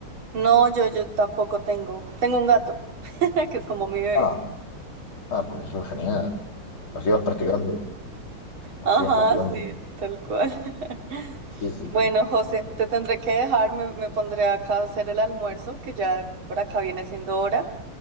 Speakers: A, on the right; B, on the left.
A: No, yo, yo tampoco tengo. Tengo un gato, <laughs> que es como mi bebé.
B: Ah, ah, pues eso es genial. Así vas practicando. Así
A: Ajá,
B: vas practicando.
A: sí, tal cual. <laughs>
B: Sí, sí,
A: Bueno,
B: sí.
A: José, te tendré que dejar, me, me pondré acá a hacer el almuerzo, que ya por acá viene siendo hora.